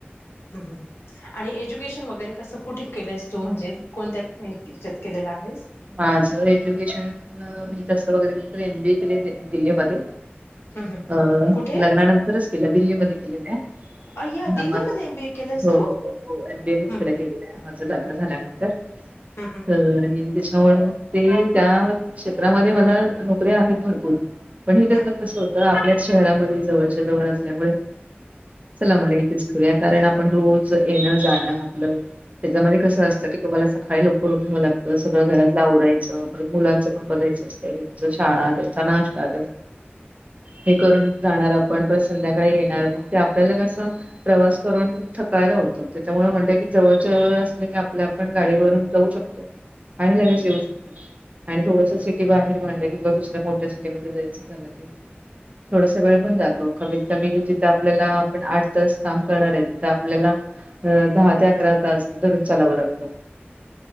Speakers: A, on the left; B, on the right.
A: हम्म आणि एज्युकेशन वगैरे कसं कुठे केलंस तू, म्हणजे कोणत्या? ह्याच्यात केलेला आहेस?
B: माझ एज्युकेशन <unintelligible> <unintelligible> वगैरे के तर एमबीए केले दिल्लीमध्ये
A: हं हं
B: अ
A: कुठे?
B: लग्नानंतरच केल्या दिल्ली मध्ये केलेल्या
A: अय्या
B: <unintelligible>
A: दिल्लीमध्ये एम बी ए केलंस
B: हो
A: तू?
B: हो हो एम बीए मी तिकडे
A: हं
B: केलेलं आहे. माझं लग्न झाल्यानंतर.
A: हं हं
B: त आणि त्याच्यामुळे मग ते त्या क्षेत्रामध्ये मला नोकऱ्या आहेत, भरपूर पण हे
A: हं
B: कसं होतं आपल्याच शहरामध्ये जवळच्या जवळ असल्यामुळे. चला म्हणलं इथेच करूया कारण आपण रोज येणं जाणं आपलं त्याच्यामध्ये कस असतं की तुम्हाला सकाळी लव <unintelligible> उठावं लागतं सगळं घरातला आवरायचं परत मुलांचं पण बघायचं असत, त्यांच्या शाळा त्यांचा नाश्ता हे कर जा <unintelligible> संध्याकाळी येणार ते मग आपल्याला, कसं प्रवास करून थकायला होतं त्याच्यामुळे म्हटलं जवळच्या त अस की आपल्या आपण गाडीवरून जाऊ शकतो. आणि लगेच येऊ शकतो. आणि थोडस सिटी बाहेर म्हणलं, की दुसऱ्या मोठ्या सिटीमध्ये जायचं झालं की थोडासा वेळ पण जातो कमी कमी जिथं आपल्याला आपण आठ तास, काम करणार आहे तिथं आपल्याला अ दहा, ते अकरा तास धरून चालावं लागतं.